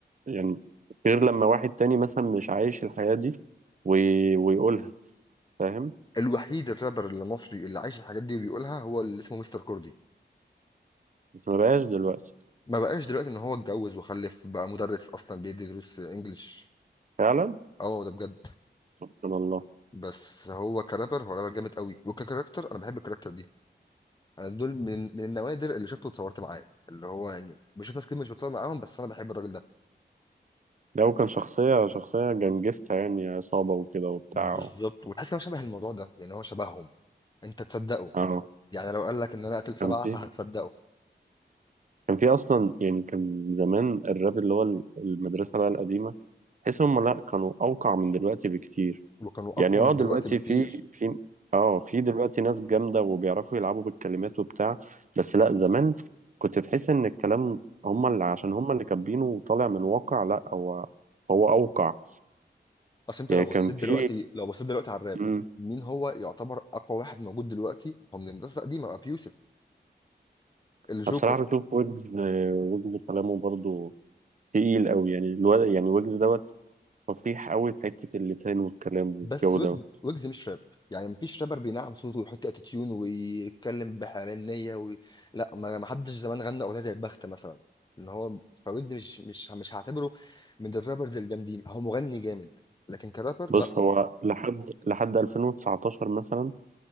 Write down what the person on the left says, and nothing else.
الوحيد الرابر المصري اللي عايش الحاجات دي وبيقولها هو اللي اسمه مستر كوردي
ما بقاش دلوقتي ان هو اتجوز وخلف بقى مدرس اصلا بيدي دروس انجلش
اه ده بجد
بس هو كرابر هو رابر جامد قوي وككاركتر انا بحب الكاركتر دي انا دول من من النوادر اللي شفته واتصورت معاه اللي هو يعني بشوف ناس كتير مش بتصور معاهم بس انا بحب الراجل ده
بالظبط وحاسس ان هو شبه الموضوع ده يعني هو شبههم انت تصدقه
يعني لو قال لك ان انا قتل سبعه
فهتصدقه
وكانوا
اقوى
من
دلوقتي بكتير
اصل انت
لو بصيت
دلوقتي لو بصيت دلوقتي على الراب
مين هو يعتبر اقوى واحد موجود دلوقتي هو من الناس القديمه ابي يوسف
الجوكر
بس ويجز
ويجز مش راب يعني مفيش رابر بينعم صوته ويحط اتيتيون ويتكلم بحنيه وي... لا ما ما حدش زمان غنى اغنيه زي البخت مثلا ان هو فويجز مش مش مش هعتبره من الرابرز الجامدين هو مغني جامد لكن كرابر
لا هم